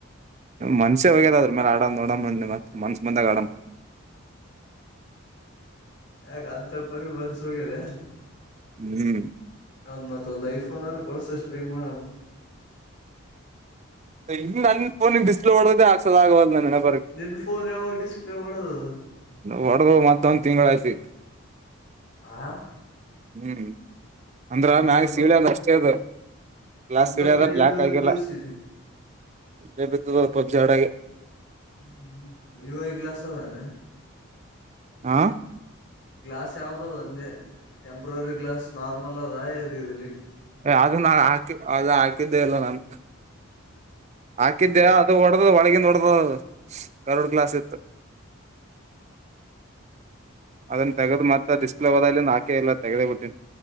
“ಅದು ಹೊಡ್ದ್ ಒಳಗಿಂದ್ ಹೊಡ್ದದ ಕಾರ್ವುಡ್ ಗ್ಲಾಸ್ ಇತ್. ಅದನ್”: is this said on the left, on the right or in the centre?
Right